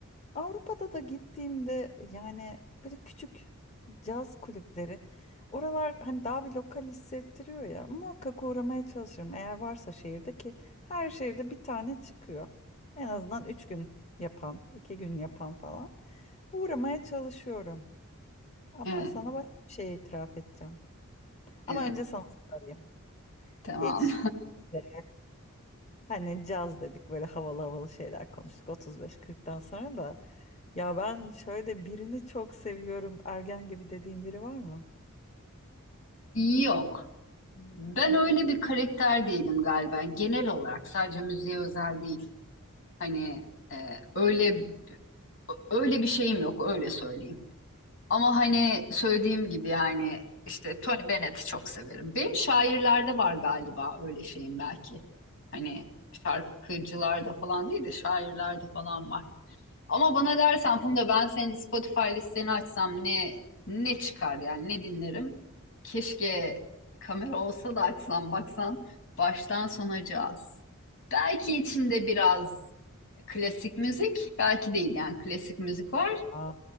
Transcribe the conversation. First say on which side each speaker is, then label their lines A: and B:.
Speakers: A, on the left (about 30°); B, on the left (about 60°).
A: Avrupa'da da gittiğimde yani böyle küçük caz kulüpleri. Oralar hani daha bir lokal hissettiriyor ya. Muhakkak uğramaya çalışırım. Eğer varsa şehirde ki her şehirde bir tane çıkıyor. En azından üç gün yapan, iki gün yapan falan. Uğramaya çalışıyorum. Ama
B: Evet,
A: sana başka bir şey itiraf edeceğim.
B: evet
A: Ama önce sana sorayım.
B: tamam.
A: Hiç be. Hani caz dedik böyle havalı havalı şeyler konuştuk 35-40'tan sonra da. Ya ben şöyle birini çok seviyorum ergen gibi dediğim biri var mı?
B: <laughs> Yok. Ben öyle bir karakter değilim galiba. Genel olarak sadece müziğe özel değil. Hani e, öyle öyle bir şeyim yok öyle söyleyeyim. Ama hani söylediğim gibi yani işte Tony Bennett'i çok severim. Benim şairlerde var galiba öyle şeyim belki. Hani şarkıcılarda falan değil de şairlerde falan var. Ama bana dersen Funda ben senin Spotify listeni açsam ne ne çıkar yani ne dinlerim? Keşke kamera olsa da açsam baksan baştan sona caz. Belki içinde biraz klasik müzik, belki değil yani klasik müzik var.
A: Aa,